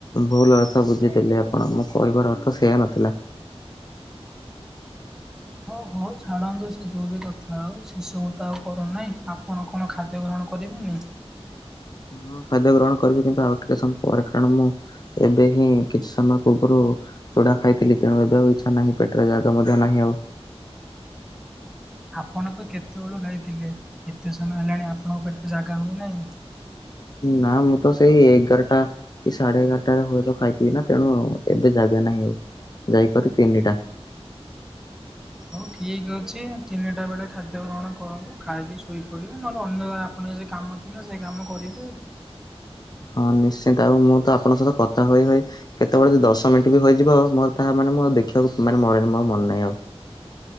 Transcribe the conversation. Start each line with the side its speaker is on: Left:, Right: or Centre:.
Left: ଭୁଲ୍ ଅର୍ଥ ବୁଝିଦେଲେ ଆପଣ ମୋ କହିବାର ଅର୍ଥ ସେୟା ନଥିଲା।
Centre: ହ ହଉ ଛାଡ଼ନ୍ତୁ ସେ ଯଉ ବି କଥା ହଉ ସେସବୁ ତ ଆଉ କରୁନାହିଁ ଆପଣ କଣ ଖାଦ୍ୟ ଗ୍ରହଣ କରିବେନି।
Left: ହଁ ଖାଦ୍ୟ ଗ୍ରହଣ କରିବି କିନ୍ତୁ ଆଉ ଟିକେ ସମୟ ପରେ କାରଣ ମୁଁ ଏବେ ହିଁ କିଛି ସମୟ ପୂର୍ବରୁ ଚୁଡ଼ା ଖାଇଥିଲି ତେଣୁ ଏବେ ଆଉ ଇଚ୍ଛା ନାହିଁ ପେଟରେ ଜାଗ ମଧ୍ୟ ନାହିଁ ଆଉ।
Centre: ଆପଣ ତ କେତେବେଳୁ ଖାଇଥିଲେ ଏତେ ସମୟ ହେଲାଣି ଆପଣଙ୍କ ପେଟରେ ଜାଗା ହୋଇନାହିଁ।
Left: ନା ମୁଁ ତ ସେଇ ଏଗାର ଟା କି ସାଢେ ଏଗାରଟାରେ ହୁଏତ ଖାଇଥିବି ନା ତେଣୁ ଏବେ ଜାଗା ନାହିଁ ଆଉ ଯାଇକରି ତିନିଟା।
Centre: ହଉ ଠିକ୍ ଅଛି ତିନିଟା ବେଳେ ଖାଦ୍ୟ ଗ୍ରହଣ କରନ୍ତୁ ଖାଇକି ଶୋଇପଡିବେ ନହେଲେ ଅନ୍ୟ ଆପଣ ଜେ କାମ ଥିଲା ସେ କାମ କରିବେ।
Left: ହଁ ନିଶ୍ଚିନ୍ତ ଆଉ ମୁଁ ତ ଆପଣଙ୍କ ସହିତ କଥା ହୋଇ ହୋଇ କେତେବେଳେ ବି ଦଶ ମିନ୍ଟି ବି ହେଇଯିବ ମୋର ତାହା ମାନେ ମୁ ଦେଖିବାକୁ ମାନେ ମୋ ରାଣ ମୋର ଆଉ ମନେ ନାହିଁ ଆଉ।